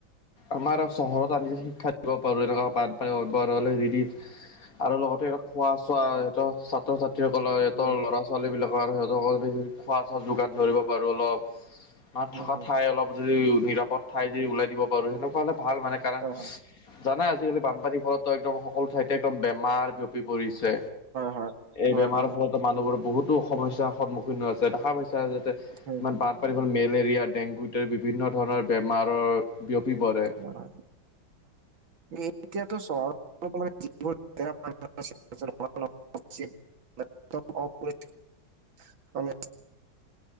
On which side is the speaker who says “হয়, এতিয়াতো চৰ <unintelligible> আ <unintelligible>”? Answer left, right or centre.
Right